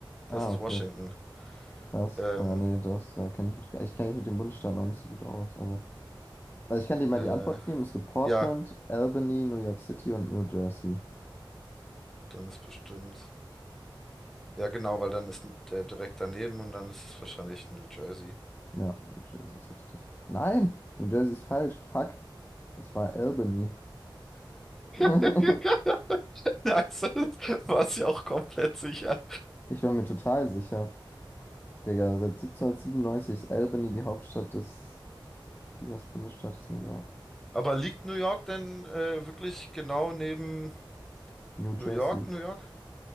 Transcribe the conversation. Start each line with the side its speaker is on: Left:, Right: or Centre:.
Centre: Das
Left: ah,
Centre: ist
Left: okay,
Centre: Washington.
Left: krass.
Centre: Ähm,
Left: Ja, nee, das, da kenne ich mich, ich kenne mich mit dem Bundesstaat noch nicht so gut aus. Also, also ich kann dir mal
Centre: äh,
Left: die Antwort geben. Es gibt Portland,
Centre: ja,
Left: Albany, New York City und New Jersey.
Centre: dann ist bestimmt. Ja, genau, weil dann ist der direkt daneben und dann ist es wahrscheinlich New Jersey.
Left: Ja, New Jersey ist richtig. Nein, New Jersey ist falsch. Fuck. Das war Albany. <laughs>
Centre: <laughs> Nice, <laughs> war es ja auch komplett sicher.
Left: Ich war mir total sicher. Digga, seit 1797 ist Albany die Hauptstadt des US-Bundesstaates New York.
Centre: Aber liegt New York denn äh, wirklich genau neben
Left: New
Centre: New
Left: Jersey.
Centre: York, New York?